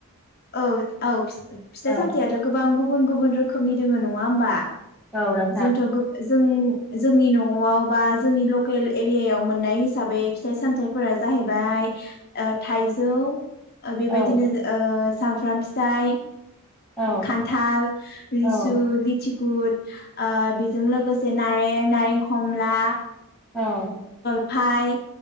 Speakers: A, on the left; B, in the centre.
A: औ औ फिथाइ
B: औ
A: सामथायाइआथ' गोबां गुबुन गुबुन रोखोमनि दङ नङा होमबा?
B: औ नोंथां
A: जोंथ' जों जोंनि न'आव बा जोंनि लकेल एरियायाव मोननाय हिसाबै फिथाइ सामथाइफोरा जाहै जाहैबाय ओ थाइजौ बेबायदिनो
B: औ
A: ओ सामफ्राम फिथाइ
B: औ
A: खान्थाल लिसु
B: औ
A: लिथि गुद बेजों लोगोसे नारें नारें खमला
B: औ।
A: ओमफाय